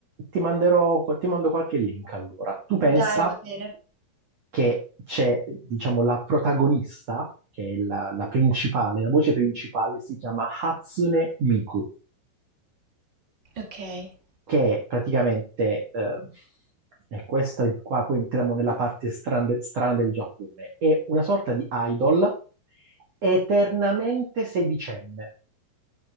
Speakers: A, on the right; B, on the right.
A: Ti manderò, ti mando qualche link allora. Tu pensa
B: Dai, va bene.
A: che c'è, diciamo, la protagonista, che è la, la principale, la voce principale, si chiama Hatsune Miku,
B: Okay.
A: che è praticamente, eh, e questa qua poi entriamo nella parte stran- strana del Giappone, è una sorta di idol eternamente sedicenne,